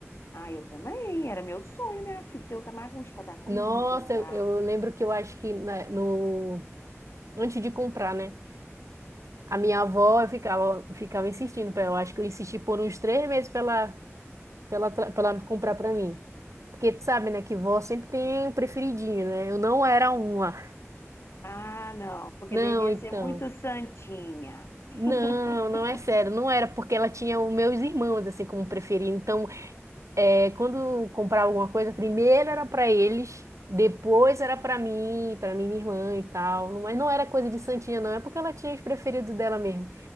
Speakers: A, on the left; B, on the right.
A: Ah, eu também. Era meu sonho, minha filha, ter um Tamaguchi pra dar comida,
B: Nossa,
A: pra.
B: eu, eu lembro que eu acho que na- no antes de comprar, né? A minha avó eu ficava, eu ficava insistindo para ela. Eu acho que eu insisti por uns três meses para ela pra ela, tra- pra ela comprar pra mim. Porque tu sabe, né, que vó sempre tem um preferidinho, né? Eu não era uma.
A: Ah, não. Porque
B: Não,
A: devia
B: então.
A: ser muito santinha. <laughs>
B: Não, não é sério, não era porque ela tinha os meus irmãos assim como preferido. Então, é, quando comprava alguma coisa, primeiro era pra eles, depois era pra mim, pra minha irmã e tal. Mas não era coisa de santinha, não, é porque ela tinha os preferidos dela mesmo.